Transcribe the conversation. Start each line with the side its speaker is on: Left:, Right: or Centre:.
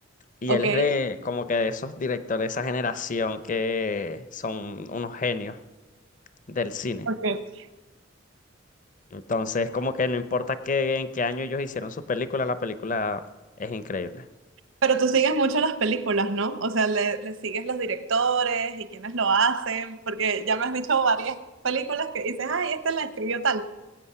Left: Y
Right: Ok.
Left: él es de como que de esos directores, de esa generación que son unos genios del cine.
Right: Ok.
Left: Entonces, como que no importa qué, en qué año ellos hicieron su película, la película es increíble.
Right: Pero tú sigues mucho las películas, ¿no? O sea, le, le sigues los directores y quienes lo hacen, porque ya me has dicho varias películas que dices, ay, este la escribió tal.